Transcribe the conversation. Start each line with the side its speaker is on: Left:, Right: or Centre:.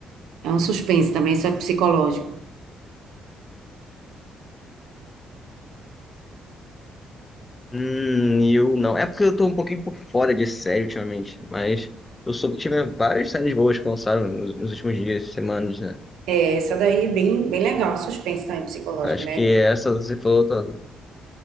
Right: É um suspense também, só que psicológico.
Left: Hum, eu não. É porque eu tô um pouquinho por fora de série ultimamente, mas eu soube que tiveram várias séries boas que lançaram nos, nos últimos dias, semanas, né?
Right: É, Essa daí é bem, bem legal, suspense também psicológico,
Left: Acho
Right: né?
Left: que é essa você falou, tá...